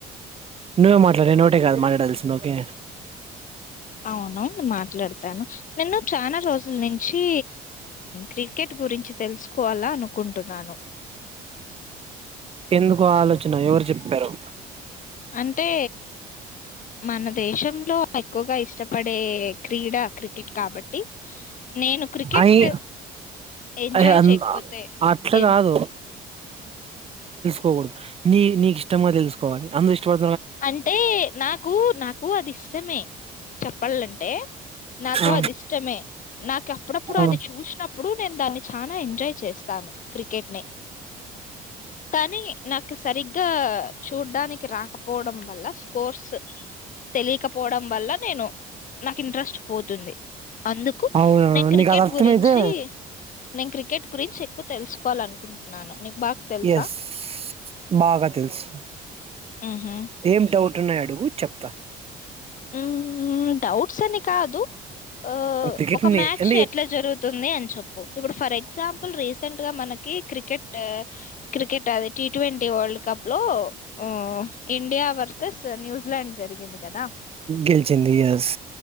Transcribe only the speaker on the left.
అవునువు మాట్లాడతాను నిన్ను చాలా రోజుల నుంచి క్రికెట్ గురించి తెలుసు కోవాల అనుకుంటున్నాను
అంటే మన దేశంలో ఎక్కువగా ఇష్టపడే క్రీడా క్రికెట్ కాబట్టి నేను క్రికెట్
ఎంజాయ్
చేయకపోతే
ఎ
అంటే నాకు నాకు అది ఇష్టమే చెప్పాలంటే అే నాకు
అది ఇష్టమే నాకు అప్పుడప్పుడు
అది చూసినప్పుడు నేను దాన్ని చనా ఎంజాయ్ చేస్తాను క్రికెట్ ని కానీ నాకు సరిగ్గా చూడ్డానికి రాక పోవడం వల్ల స్కోర్స్ తెలియకపోవడం వల్ల నేను నాకు ఇంట్రెస్ట్ పోతుంది అందుకు
నేను క్రికెట్
గురించి నేను క్రికెట్ గురించి ఎక్కువ తెలుసుకోవాలనుకుంటున్నాను నీకు బాగా తెలుసా
ఊహు
ఊ ఊ డౌట్స్ అని కాదు ఓ
ఒక
మ్యాచ్
ఎట్లా జరుగుతుంది అని చెప్పు ఇప్పుడు ఫర్ ఎగ్జాంపుల్ రీ సెంట్ గా మనకి క్రికెట్ క్రికెట్ అది టి ట్వంటీ వరల్డ్ కప్ లో హ్ ఇండియా వర్స్ ర్సెస్ న్యూజిలాండ్ జరిగింది. కాదా